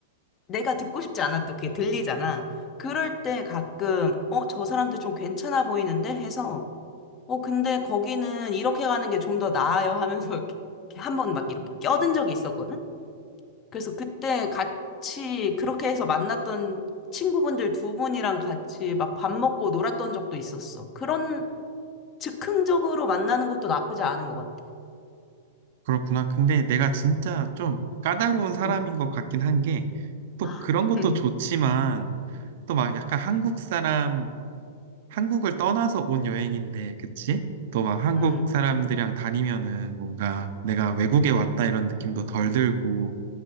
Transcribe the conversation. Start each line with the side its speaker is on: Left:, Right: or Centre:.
Left: 내가 듣고 싶지 않아도 그게 들리잖아. 그럴 때 가끔, 어, 저 사람들 좀 괜찮아 보이는데? 해서, 어, 근데 거기는 이렇게 가는 게 좀 더 나아요 하면서 이렇게 한번 막 이렇게
Right: 음,
Left: 껴든 적이 있었거든? 그래서 그때 같이 그렇게 해서 만났던 친구분들 두 분이랑 같이 막 밥 먹고 놀았던 적도 있었어. 그런 즉흥적으로 만나는 것도 나쁘지 않은 것 같아.
Right: 그렇구나. 근데 내가 진짜 좀 까다로운 사람인
Left: 응.
Right: 것 같긴 한 게, 또
Left: 아,
Right: 그런
Left: <laughs>
Right: 것도 좋지만, 또 막 약간 한국 사람, 한국을 떠나서 온 여행인데, 그치? 또 막 한국
Left: 응, 응.
Right: 사람들이랑 다니면은 뭔가 내가 외국에 왔다 이런 느낌도 덜 들고,